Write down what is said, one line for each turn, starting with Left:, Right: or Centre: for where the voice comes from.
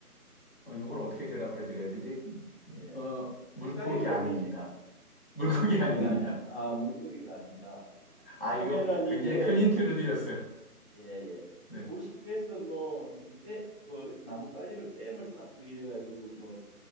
Left: 어, 요걸 어떻게 대답해 드려야 되지?
Right: 예
Left: 어, 물고기
Right: 색깔이 그러면
Left: 아닙니다. 물고기
Right: 아, 물고기
Left: <laughs> 아닙니다.
Right: 아니야. 아, 물고기가 아니다.
Left: 아,
Right: 그러면은
Left: 이거
Right: 이게,
Left: 굉장히 큰 힌트를 드렸어요.
Right: 예, 예.
Left: 네.
Right: 물 속에서 뭐, 이렇게 떼 뭐, 나뭇가지로 댐을 쌓고 이래가지고, 뭐,